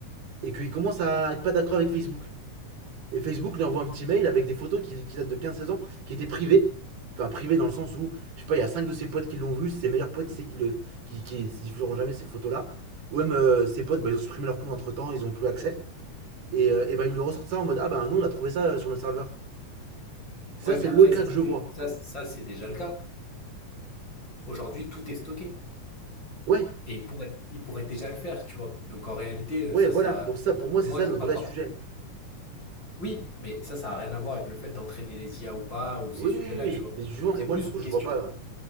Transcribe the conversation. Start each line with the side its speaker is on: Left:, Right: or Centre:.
Right: et qu'il commence à être pas d'accord avec Facebook. Et Facebook lui envoie un petit mail avec des photos qui, qui datent de quinze seize ans, qui étaient privées. Enfin, privées dans le sens où, je sais pas, il y a 5 de ses potes qui l'ont vu, ses meilleurs potes, c'est qui ne, qui, qui diffuseront jamais ces photos-là. Ou même euh, ses potes, bah, ils ont supprimé leur compte entre temps, ils n'ont plus accès. Et, euh, et bah, ils lui ressortent ça en mode Ah bah nous, on a trouvé ça euh, sur notre serveur. Ça,
Left: ouais, mais
Right: c'est
Left: après,
Right: le cas
Left: ça, c'est
Right: que je
Left: dé-
Right: vois.
Left: ça, ça, c'est déjà le cas. Aujourd'hui, tout est stocké.
Right: Ouais,
Left: Et ils pourraient, ils pourraient déjà le faire, tu vois. Donc en réalité,
Right: ouais,
Left: euh, ça,
Right: voilà.
Left: ça,
Right: Donc, ça, pour moi,
Left: pour
Right: c'est
Left: moi,
Right: ça
Left: c'est
Right: le vrai
Left: pas fort.
Right: sujet.
Left: Oui, mais ça, ça a rien à voir avec le fait d'entraîner les IA ou pas, ou ces
Right: Oui,
Left: sujets-là,
Right: oui, oui, oui.
Left: tu vois.
Right: Mais du coup,
Left: C'est
Right: et moi,
Left: plus
Right: du coup,
Left: une
Right: je
Left: question
Right: vois pas. euh,